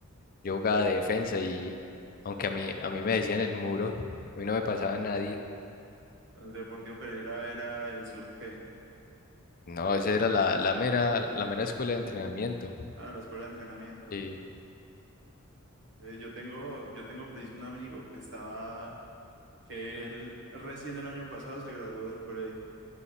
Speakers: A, on the left (about 40°); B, on the right (about 55°).
A: Yo jugaba de defensa y aunque a mí, a mí me decían el muro, a mí no me pasaba nadie.
B: con el Deportivo Pereira era el sub qué?
A: No, esa era la, la mera, la mera escuela de entrenamiento.
B: Ah, la escuela de entrenamiento.
A: Y,
B: Eh, yo tengo, yo tengo preciso un amigo que estaba, que él recién el año pasado se graduó del colegio